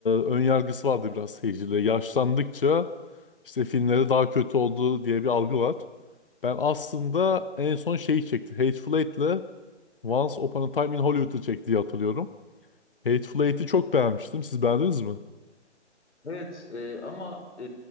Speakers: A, on the left; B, on the left.
A: ön yargısı vardı biraz seyircide. Yaşlandıkça işte filmleri daha kötü oldu diye bir algı var. Ben aslında en son şeyi çekti. Hateful Eight'le Once Upon a Time in Hollywood'u çekti diye hatırlıyorum. Hateful Eight'i çok beğenmiştim. Siz beğendiniz mi?
B: Evet e, ama e,